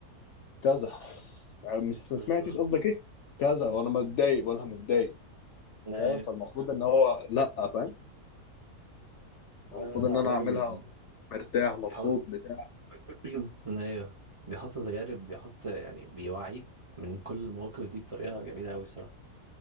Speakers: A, on the left (about 65°); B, on the right (about 40°).
A: كذا يعني مش ما
B: امم
A: سمعتش قصدك ايه كذا وانا متضايق وانا متضايق
B: ايوه
A: فاهم فالمفروض ان هو لا فاهم
B: لا
A: المفروض
B: لا لا
A: ان انا
B: الراجل
A: اعملها مرتاح مبسوط
B: بيحط
A: بتاع
B: <clears throat> ايوه بيحط تجارب بيحط يعني بيوعيك من كل المواقف دي بطريقة جميلة أوي الصراحة